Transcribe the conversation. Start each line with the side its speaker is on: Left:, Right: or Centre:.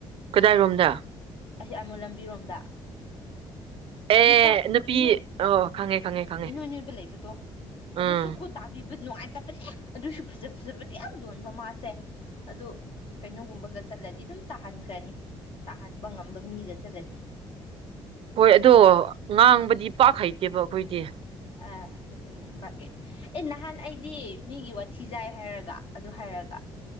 Right: ꯀꯗꯥꯏꯔꯣꯝꯗ
Left: ꯑꯁꯤ ꯑꯥꯏꯃꯣꯜ ꯂꯝꯕꯤꯔꯣꯝꯗ
Right: ꯑꯦ
Left: ꯅꯨꯄꯥ
Right: ꯅꯨꯄꯤ
Left: ꯏꯅꯣꯏ
Right: ꯑꯣ ꯈꯪꯉꯦ ꯈꯪꯉꯦ ꯈꯪꯉꯦ
Left: ꯏꯅꯣꯏ ꯅꯣꯏꯕ ꯂꯩꯕꯗꯣ ꯑꯗꯨꯁꯨ
Right: ꯎꯝ
Left: ꯀꯣ ꯇꯥꯕꯤꯕ ꯅꯨꯡꯉꯥꯏꯇꯕꯅꯦ ꯑꯗꯨꯁꯨ ꯐꯖ ꯐꯖꯕꯗꯤ ꯌꯥꯝ ꯌꯣꯟꯕ ꯃꯥꯁꯦ ꯑꯗꯨ ꯀꯩꯅꯣꯒꯨꯝꯕꯒ ꯆꯠꯂꯗꯤ ꯑꯗꯨꯝ ꯇꯥꯍꯟꯈ꯭ꯔꯅꯤ ꯇꯥꯍꯟꯕ ꯉꯝꯕ ꯃꯤꯒ ꯆꯠꯂꯗꯤ
Right: ꯍꯣꯏ
Left: ꯅꯠꯇ꯭ꯔꯗꯤ
Right: ꯑꯗꯣ
Left: ꯄꯥꯛ
Right: ꯉꯥꯡꯕꯗꯤ ꯄꯥꯛ ꯍꯩꯇꯦꯕ ꯑꯩꯈꯣꯏꯗꯤ
Left: ꯑ ꯑꯗꯨꯅꯦ ꯚꯒꯦ ꯑꯦ ꯅꯍꯥꯟ ꯑꯩꯗꯤ ꯃꯤꯒꯤ ꯋꯥꯊꯤꯆꯥꯏ ꯍꯥꯏꯔꯒ ꯑꯗꯨ ꯍꯥꯏꯔꯒ